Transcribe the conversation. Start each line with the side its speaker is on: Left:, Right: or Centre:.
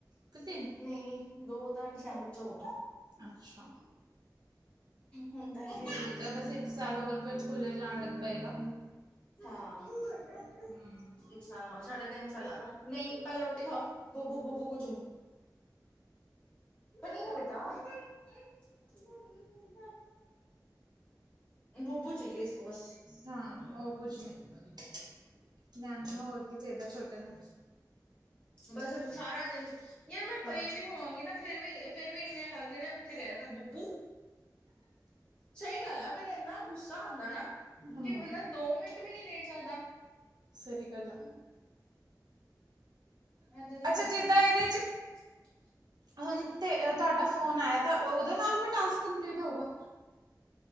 Right: ਕਿ ਤਿੰਨ
Left: ਨਹੀਂ ਦੋ ਤਾਂ ਦਸੰਬਰ ਚ ਹੋਊਗਾ
Right: ਅੱਛਾ
Left: ਹੁਣ ਤਾਂ ਇਹ
Right: ਠੀਕ ਹੈ ਬਸ ਇੱਕ ਸਾਲ ਹੋਰ ਫਿਰ ਸਕੂਲੇ ਜਾਣ ਲੱਗ ਪਏਗਾ।
Left: ਹਾਂ,
Right: ਹੂੰ
Left: ਇੱਕ ਸਾਲ ਹੋ ਸਾਢੇ ਤਿੰਨ ਨਹੀਂ ਪਹਿਲੇ ਰੋਟੀ ਖਾਓ! ਬੁੱਬੂ ਬੁਬੂ ਕੁਛ ਨੀਰੇ ਬਟਾ <unintelligible> ਬੂਬੂ ਚਾਹੀਏ ਇਸ ਕੋ ਬਸ।
Right: ਹਾਂ ਉਹ ਕੁਛ ਮ <unintelligible> ਮੈਮ ਨੂੰ ਹੋਰ ਕੀ ਚਾਹੀਦਾ ਛੋਟੇ ਨੂੰ
Left: ਬਸ ਅਬ ਸਾਰਾ ਦਿਨ, ਯਾਰ ਮੈਂ ਪਈ
Right: ਹਾਂ
Left: ਵੀ ਹੋਵਾਂਗੀ ਨਾ, ਫੇਰ ਵੀ ਫੇਰ ਵੀ ਇਨੇ ਆਕੇ ਨਾ ਠੀਕ ਹੈ ਨਾ ਬੁੱਬੂ, ਸਹੀ ਗੱਲ ਆ ਫੇਰ ਇਹਨਾ। ਗੁੱਸਾ ਆਂਦਾ ਨਾ,
Right: ਹਮ
Left: ਕਿ ਬੰਦਾ ਦੋ ਮਿੰਟ ਵੀ ਨਹੀਂ ਲੇਟ ਸਕਦਾ।
Right: ਸਹੀ ਗੱਲ ਆ।
Left: ਏਦਾਂ ਦੇ
Right: ਅੱਛਾ
Left: ਹਾਲ
Right: ਜਿੱਦਾਂ
Left: ਆ ਯਾਰ
Right: ਇਹਦੇ ਚ
Left: <inaudible>
Right: ਹੁਣ ਤ ਤੁਹਾਡਾ ਫੋਨ ਆਇਆ ਤਾਂ ਉਹਦੇ ਨਾਲ ਵੀ ਟਾਸਕ ਕੰਪਲੀਟ ਹੋਗਾ